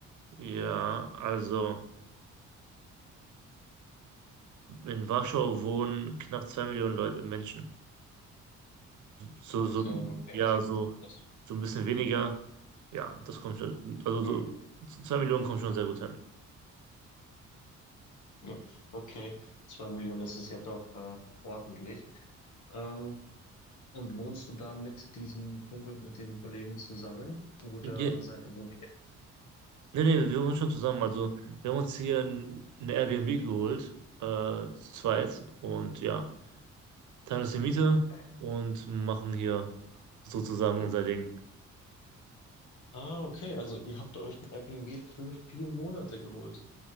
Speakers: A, on the right (about 75°); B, on the left (about 75°).
A: Ja, also. In Warschau wohnen knapp zwei Millionen Leute, Menschen. So,
B: Okay,
A: so, so,
B: okay,
A: ja,
B: also
A: so,
B: das.
A: so ein bisschen weniger. Ja, das kommt schon. Also so,
B: hm,
A: zwei Millionen kommt schon sehr gut hin.
B: ja, Okay, zwei Millionen, das ist ja doch äh, ordentlich. Ähm, Und wohnst du da mit diesem Kumpel, mit dem Kollegen zusammen? Oder
A: Ja,
B: sei, wohnt ihr getrennt?
A: nee, nee, wir wohnen schon zusammen. Also wir haben uns hier ein- eine Airbnb geholt, äh, zu zweit. Und ja, teilen uns die Miete
B: Okay.
A: und machen hier sozusagen unser Ding.
B: Ah, okay. Also ihr habt euch ein Airbnb für vier Monate geholt.